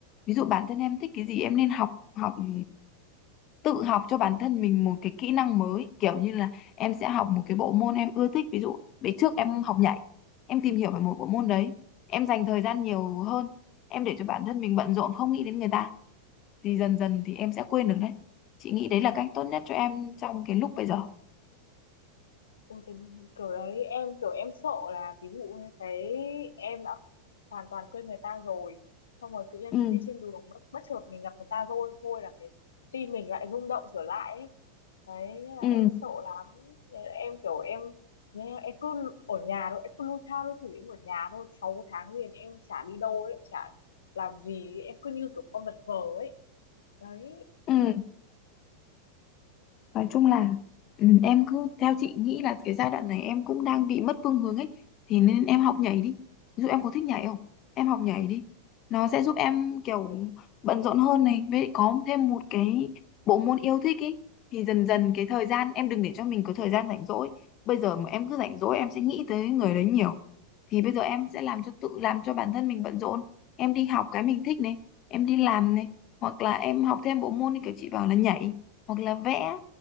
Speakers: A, on the left; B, on the left.
A: ví dụ bản thân em thích cái gì em nên học học ừ, tự học cho bản thân mình một cái kỹ năng mới kiểu như là em sẽ học một cái bộ môn em ưa thích ví dụ bữa trước em học nhảy em tìm hiểu về một bộ môn đấy em dành thời gian nhiều hơn em để cho bản thân mình bận rộn không nghĩ đến người ta thì dần dần thì em sẽ quên được đấy chị nghĩ đấy là cách tốt nhất cho em trong cái lúc bây giờ
B: Ôi, thì kiểu đấy em kiểu em sợ là ví dụ như cái em đã hoàn toàn quên người ta rồi xong rồi tự nhiên
A: ừ
B: chị đi trên đường bất, bất chợt mình gặp người ta rồi thôi là cái tim mình lại rung động trở lại ấy. đấy nên là
A: ừ
B: em sợ lắm nên là em kiểu em nhé em cứ ở nhà thôi em cứ lu tha lu thủi em ở nhà thôi 6 tháng liền em chả đi đâu ấy chả làm gì ấy. em cứ như kiểu con vật vờ ấy đấy
A: ừ Nói chung là ừ, em cứ theo chị nghĩ là cái giai đoạn này em cũng đang bị mất phương hướng ấy thì nên em học nhảy đi. Ví dụ em có thích nhảy không? Em học nhảy đi. Nó sẽ giúp em kiểu bận rộn hơn này với lại có thêm một cái bộ môn yêu thích ấy thì dần dần cái thời gian em đừng để cho mình có thời gian rảnh rỗi. Bây giờ mà em cứ rảnh rỗi em sẽ nghĩ tới người đấy nhiều. Thì bây giờ em sẽ làm cho tự làm cho bản thân mình bận rộn. Em đi học cái mình thích này, em đi làm này hoặc là em học thêm bộ môn như kiểu chị bảo là nhảy hoặc là vẽ